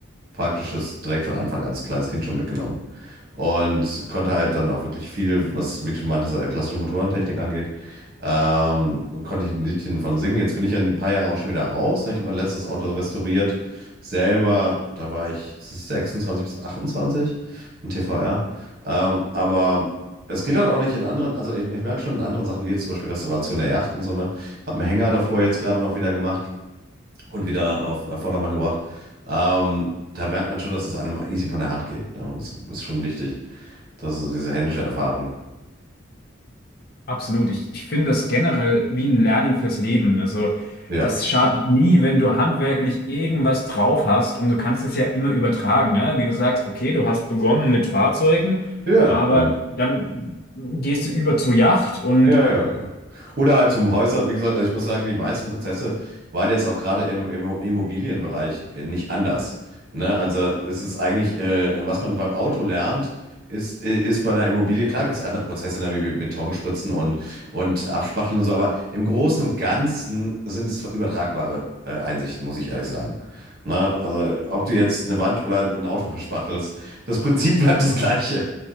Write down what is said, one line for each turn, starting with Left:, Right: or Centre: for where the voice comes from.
Right: Praktisches direkt von Anfang als kleines Kind schon mitgenommen. Und konnte halt dann auch wirklich viel, was, wie du schon meintest, äh, klassische Motorentechnik angeht, ähm, konnte ich ein Liedchen von singen. Jetzt bin ich ja ein paar Jahre auch schon wieder raus. Ne? Ich habe mein letztes Auto restauriert. Selber, da war ich 26 bis 28 im TVR. Ähm, aber es geht halt auch nicht in anderen, also ich, ich merke schon in anderen Sachen, wie jetzt zum Beispiel Restauration der Yacht und so, ne? Habe einen Hänger davor jetzt gerade noch wieder gemacht und wieder auf äh, Vordermann gebracht. Ähm, da merkt man schon, dass es einem easy von der Hand geht. Ne? Und Das ist schon wichtig. Das ist diese händische Erfahrung.
Left: Absolut. Ich, ich finde das generell wie ein Lernen fürs Leben. Also
Right: Ja.
Left: das schadet nie, wenn du handwerklich irgendwas drauf hast und du kannst es ja immer übertragen, ja? Wie du sagst, okay, du hast begonnen mit Fahrzeugen,
Right: Ja.
Left: aber
Right: ja.
Left: dann gehst du über zur Yacht und
Right: Ja, ja, ja. Oder halt zum Häuser, wie gesagt, also ich muss sagen, die meisten Prozesse waren jetzt auch gerade im, im Immobilienbereich äh, nicht anders. Ne? Also es ist eigentlich, äh, was man beim Auto lernt, ist, äh, ist bei einer Immobilie, klar gibt es andere Prozesse, ne, wie Betonspritzen und, und Abspachteln und so, aber im Großen und Ganzen sind es übertragbare äh, Einsichten, muss ich ehrlich sagen. Ne? Also ob du jetzt eine Wand oder ein Auto verspachtelst, das Prinzip bleibt das gleiche.